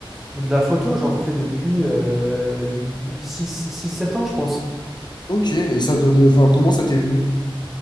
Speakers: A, in the centre; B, on the left.
A: De la photo, j'en fais depuis euh, six sept ans, je pense.
B: Ok, et ça te, de- enfin, comment ça t'est venu?